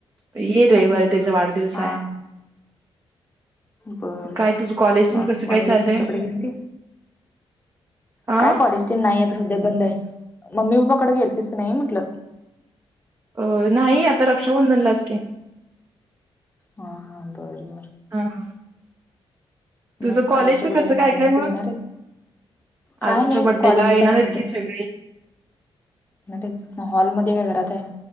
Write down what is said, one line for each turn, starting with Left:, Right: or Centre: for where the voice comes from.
Right: ये रहि बर
Left: कसं?
Right: त्याचा वाढदिवस
Left: हा.
Right: आहे.
Left: बर
Right: काय
Left: बर
Right: तुझं कॉलेज तेन
Left: मग
Right: कसं
Left: मागे
Right: काय चाललंय
Left: तुमच्याकडे गेल ते
Right: आ
Left: काय कॉलेज नाही आता सध्या बंद आहे मम्मी पप्पा कडे गेलतीलस की नाही म्हटलं.
Right: अ नाही आता रक्षाबंधनलाच की
Left: हा हा बर बरं.
Right: हा हा. तुझं
Left: मग
Right: कॉलेजच
Left: आरुष्या बुड्याला
Right: कसं काय
Left: मामाात
Right: काय मग
Left: येेणार आहे.
Right: आरूच्या
Left: काय नाही
Right: बड्डेला
Left: कॉलेज येतं
Right: येणार
Left: काय
Right: आहेत
Left: सध्या
Right: की सगळे
Left: ते हॉलमध्येध्ये काय घरात आहे.